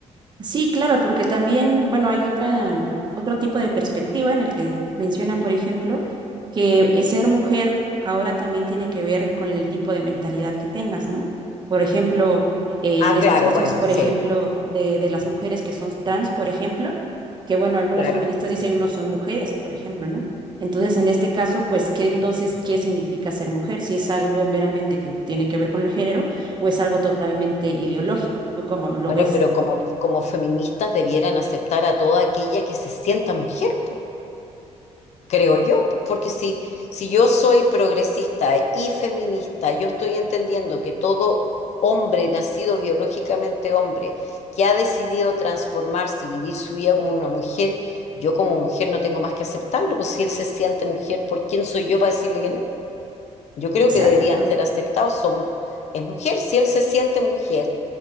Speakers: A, on the right; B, on the left.
A: Sí, claro, porque también, bueno, hay otra, mm, otro tipo de perspectiva en el que mencionan, por ejemplo, que eh, ser mujer ahora también tiene que ver con el tipo de mentalidad que tengas, ¿no? Por ejemplo, eh,
B: Ah,
A: en estos
B: claro,
A: casos,
B: bueno,
A: por
B: sí,
A: ejemplo, de, de las mujeres que son trans, por ejemplo, que bueno, algunas
B: claro.
A: feministas dicen no son mujeres, por ejemplo, ¿no? Entonces, en este caso, pues, ¿qué entonces, qué significa ser mujer? Si es algo meramente que tiene que ver con el género o es algo totalmente ideológico, ¿tú cómo lo
B: Bueno,
A: ves?
B: pero como, como feministas debieran aceptar a toda aquella que se sienta mujer, po. creo yo, po- porque si, si yo soy progresista y feminista, yo estoy entendiendo que todo hombre nacido biológicamente hombre que ha decidido transformarse y vivir su vida como una mujer, yo como mujer no tengo más que aceptarlo, pues si él se siente mujer, ¿por quién soy yo para decirle que no? Yo creo
A: Exacto.
B: que deberían ser aceptados. Son, es mujer, si él se siente mujer,